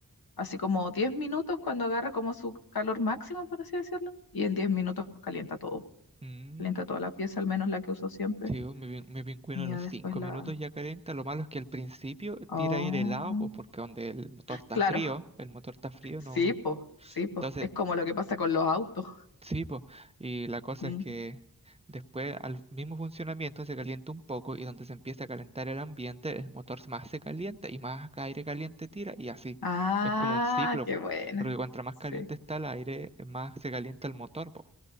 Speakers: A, on the left; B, on the right.
A: así como 10 minutos cuando agarra como su calor máximo, por así decirlo. Y en diez minutos calienta todo.
B: Mm,
A: Calienta toda la pieza, al menos la que uso siempre.
B: sí, pues, mi, pin- mi pingüino
A: Y
B: a los
A: ya después
B: cinco
A: la,
B: minutos ya calienta. Lo malo es que al principio
A: Oh,
B: tira aire helado, pues porque donde el motor está
A: claro,
B: frío, el motor está frío,
A: sí,
B: no.
A: po, sí, po.
B: Entonces
A: Es como lo que pasa con los autos.
B: Sí, po. Y la cosa
A: Mm.
B: es que después al mismo funcionamiento se calienta un poco y donde se empieza a calentar el ambiente, el motor más se calienta y más aire caliente tira y así.
A: Ah,
B: Es como un ciclo,
A: qué
B: po.
A: buena.
B: Porque cuanto más
A: Sí,
B: caliente está el aire, más se calienta el motor, po.